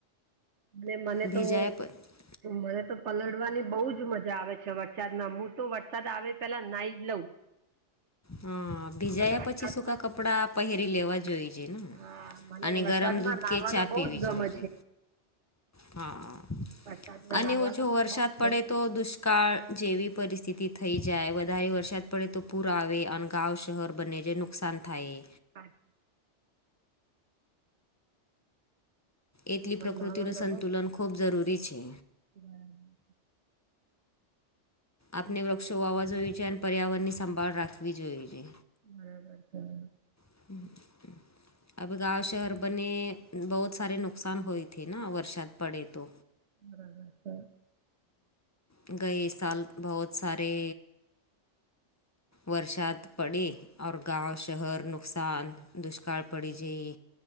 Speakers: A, on the right; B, on the left.
A: અને મને
B: ભીજાયા
A: તો
B: પ-
A: મને તો પલળવાની બહુ જ મજા આવે છે વરસાદમાં હું તો વરસાદ આવે પેલા નાઈ જ લઉં
B: હા ભીજાયા
A: મને વરસાદમાં
B: પછી સુૂકા કપડા પહેરી લેવા જોઈ
A: હા મને
B: અને
A: વરસાદમાં
B: ગરમ દૂધ
A: નાવાનો
B: કે ચા
A: બહુ
B: પીવી
A: જ ગમે
B: જોએ છે. હા
A: વરસાદમાં
B: અને
A: નાવાનો
B: ઓછો
A: મને
B: વરસાદ
A: બહુ જ
B: પડે
A: ગમે
B: તો તો દુષ્કાળ જેવી પરિસ્થિતિ થઈ જાય વધારે વરસાદ પડે તો પૂર પુર આવે અને ગાવ શહેર બંને ને નુકસાન થાય
A: હા.
B: એટલી પ્રકૃતિનું
A: નાવાનો
B: સંતુલન ખૂબ જરૂરી છે.
A: બરાબર
B: આપણે
A: બરાબર
B: વૃક્ષો વાવા જોઈએ છે અને પર્યાવરણની સંભાળ રાખવી જોઈએ છે.
A: બરાબર હમ્મ.
B: <inaudible> આ બધા ગાંવ શહેર બને બહુ સારારે નુકસાન હોય થી ના વરસાાત પડે તો
A: બરાબર
B: હ ગય સાલ બહુત સારે વરસાદ પડે ઓર ગાંવ શહેર નુકસાન દુષ્કાળ પડી જઈ.